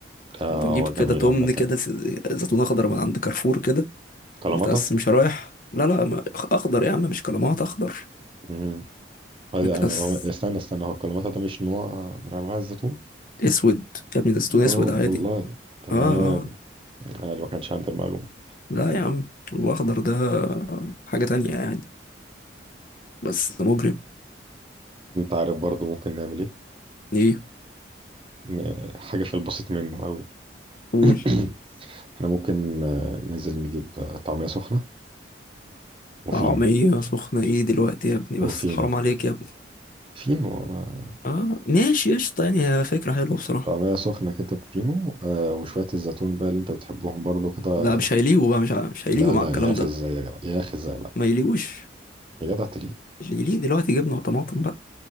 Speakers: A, on the right (about 30°); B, on the left (about 45°).
A: اه
B: بجيب
A: هو
B: كده
A: جميل
B: تمن
A: عامه
B: كده س- زيتون اخضر من عند كارفور كده
A: كلاماتا
B: متقس مش رايح لا لا ما- اخضر يا عم مش كلمات اخضر
A: امم هذا
B: متقس
A: انا هو- استنى استنى هو الكلاماتا ده مش نوع من انواع الزيتون
B: اسود يا ابني ده زيتون
A: اه
B: اسود عادي
A: والله تمام
B: اه اه
A: انا اللي ما كانش عندي المعلومه
B: لا يا عم الاخضر ده حاجة تانية يعني بس مجرم
A: انت عارف برضو ممكن نعمل ايه
B: ايه
A: ن- حاجه في البسيط منه قوي
B: قول
A: <clears throat> احنا ممكن آه، ننزل نجيب آه، طعميه سخنه وفينو
B: طعمية سخنة ايه دلوقتي يا ابني
A: وفينو
B: بس حرام عليك يا ابني
A: فينو آه،
B: اه ماشي قشطة يعني هي فكرة حلوة بصراحة
A: طعميه سخنه كده بفينو آه، وشويه الزيتون بقى اللي انت بتحبهم برضو كده
B: لا مش هيليقوا بقى مش ه- مش هيليقوا
A: لا لا
B: مع الكلام
A: يا اخي
B: ده
A: ازاي يا جدع يا اخي ازاي لا
B: ما يليقوش
A: يا جدع تليق
B: اللي يليق دلوقتي جبنة وطماطم بقى